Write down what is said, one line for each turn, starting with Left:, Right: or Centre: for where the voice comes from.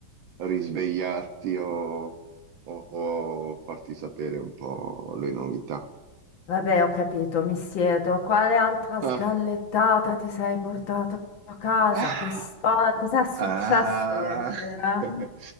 Right: risvegliarti o, o- o farti sapere un po' le novità.
Left: Vabbè, ho capito, mi siedo. Quale altra sgallettata
Right: <laughs>
Left: ti sei portato a casa?
Right: Ah,
Left: Che storia? Cos'è successo
Right: Ah.
Left: ieri sera?
Right: <laughs>